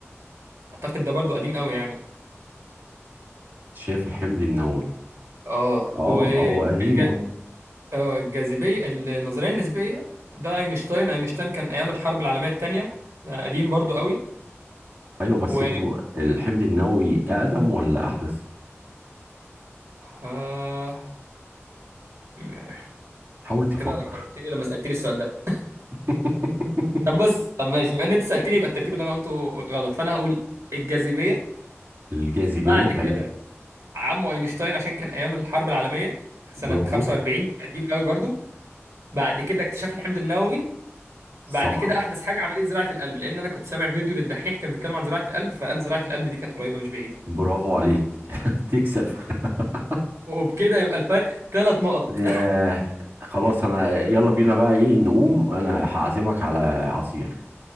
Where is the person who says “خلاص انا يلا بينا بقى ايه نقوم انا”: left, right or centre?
Right